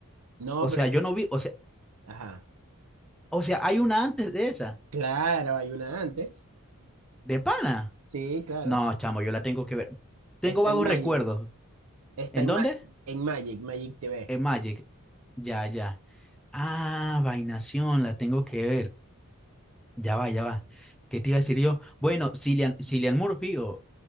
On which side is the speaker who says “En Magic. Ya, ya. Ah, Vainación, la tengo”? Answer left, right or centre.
Centre